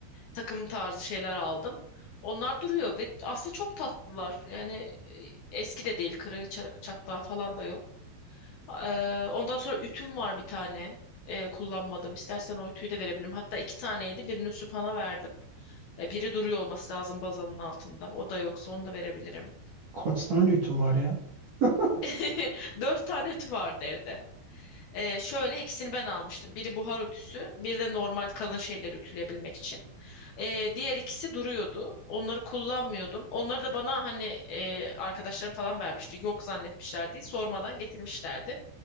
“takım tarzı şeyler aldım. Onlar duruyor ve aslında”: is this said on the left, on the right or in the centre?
Left